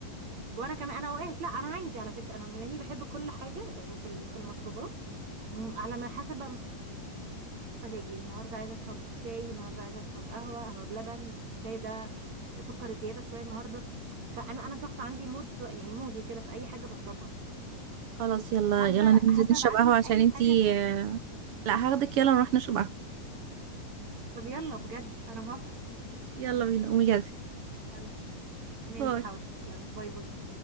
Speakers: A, on the right; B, on the right.
A: وانا كمان انا اوقات لا انا عندي على فكره انا بما اني بحب كل حاجه يعني في ال- في المشروبات م- على ما حسب بقى مزاجي النهارده عايزه اشرب شاي النهارده عايزه اشرب قهوه قهوه بلبن ساده سكر زياده شويه النهارده فانا انا شخص عندي مود شويه يعني مودي كده في اي حاجه بشربها
B: خلاص يلا
A: حابه
B: يلا ننزل
A: حابه
B: نشرب
A: ابعت
B: قهوة
A: لك
B: عشان
A: اي
B: انتي
A: حاجه كده
B: لا هاخدك يلا نروح نشرب قهوة
A: طب يلا بجد انا موافقه
B: يلا بينا قومي جاهزة
A: يلا ماشي
B: باي
A: حاضر يلا باي باي